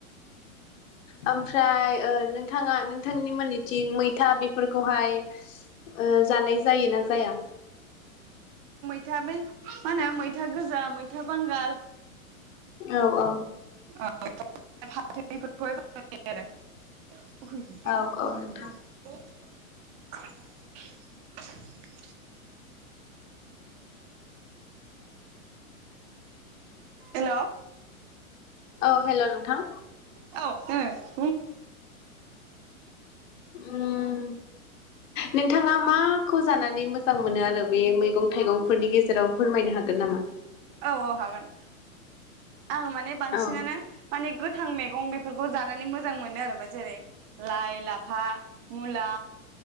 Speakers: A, on the left; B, on the right.
A: ओमफ्राय ओ नोंथाङा नोंथांमोननिथिं मैथा बेफोरखौहाय ओ जानाय जायोना जाया
B: <unintelligible> माहोनो मैथा गोजा मैथा बांगाल
A: औ औ
B: <unintelligible> <unintelligible> फैद
A: औ
B: दे
A: औ नोंथां
B: फै <unintelligible> हेल'
A: औ हेल' नोंथां
B: औ ओम
A: ओम नोंथां ङा माखौ जानानै मोजां मोनो आरो बे मैगं थाइगंफोरनि गेजेराव फोरमायनो हागोन? हागोन नामा?
B: औ औ हागोन आं माने बांसिनानो
A: औ
B: माने गोथां मैगं बेफोरखौ जानानै मोजां मोनो आरो मा जेरै लाइ लाफा मुला